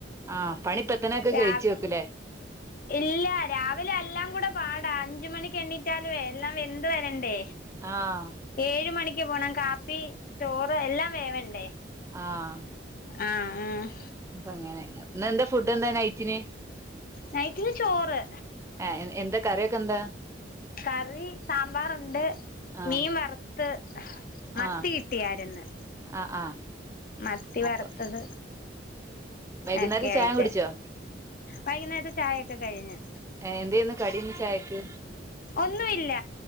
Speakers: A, on the right; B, on the left.
A: ആഹ പണിപ്പെത്തനൊക്കെ
B: രാ
A: കഴിച്ചു വെക്കലേ
B: ഇല്ല രാവിലെ എല്ലാം കൂടെ പാടാ അഞ്ച മണിക്ക് എണ്ണീറ്റാലുവേ എല്ലാം വെന്ത് വരണ്ടേ
A: ആഹ്
B: ഏഴ് മണിക്ക് പോണം കാപ്പി ചോറ് എല്ലാം വേവണ്ടേ
A: ആഹ
B: ആ ആ
A: അപ്പ അങ്ങനെ എന്താ ഫുഡ് എന്താ നൈറ്റിന്
B: നൈറ്റിന് ചോറ്
A: ആഹ എന്താ കറൊക്കെ എന്താ
B: കറി സാമ്പാറുണ്ട്
A: ആഹ്
B: മീൻ വറുത്ത് മത്തി
A: ആഹ്
B: കിട്ടിയരന്ന്
A: ആഹ് ആഹ്
B: മത്തി വറത്തത്
A: അപ്പൊ വൈകുന്നേരം
B: ഒക്കെ
A: ചായ
B: ആയിട്ട്
A: കുടിച്ചോ
B: വൈകുന്നേരത്തെ ചായയൊക്കെ കഴിഞ്ഞ്
A: എന്ത ചെയ്യന്ന് കടന്ന് ചായക്ക്
B: ഒന്നുയില്ല